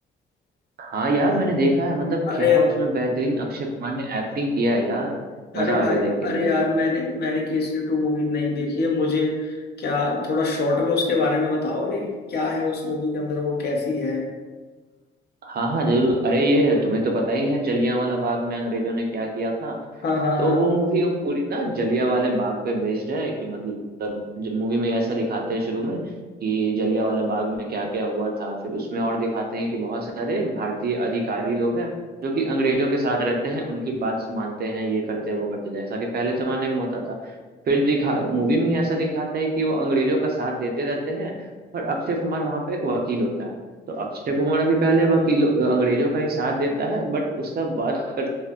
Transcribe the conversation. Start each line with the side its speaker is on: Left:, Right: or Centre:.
Right: हाँ यार मैंने देखा है मतलब
Left: अरे
Right: क्या उसमें बेहतरीन अक्षय कुमार ने एक्टिंग किया है यार
Left: अरे
Right: मजा
Left: भाई
Right: आ गया देख के
Left: अरे
Right: मुझे
Left: यार
Right: तो
Left: मैंने मैंने केसरी टू मूवी नहीं देखी है मुझे क्या थोड़ा शॉर्ट में उसके बारे में बताओगे क्या है उस मूवी के अंदर वो कैसी है
Right: हाँ हाँ जरूर अरे ये तुम्हें तो पता ही है जलियांवाला बाग में अंग्रेजों ने क्या किया था
Left: हाँ हाँ
Right: तो
Left: हाँ
Right: वो मूवी अब पूरी ना जलिया वाले बाग पे बेस्ड है कि मतलब जो मूवी में ऐसा दिखाते हैं शुरू में कि जलिया वाला बाग में क्या क्या हुआ था फिर उसमें और दिखाते हैं कि बहुत सारे भारतीय अधिकारी लोग हैं जो कि अंग्रेजों के साथ रहते हैं उनकी बात मानते हैं ये करते हैं वो करते हैं जैसा कि पहले जमाने में होता था फिर दिखा मूवी में ही ऐसा दिखाता है कि वो अंग्रेजों का साथ देते रहते हैं पर अक्षय कुमार वहां पे एक वकील होता है तो अक्षय कुमार अभी पहले वकील अंग्रेजों का ही साथ देता है बट उसका बात कर,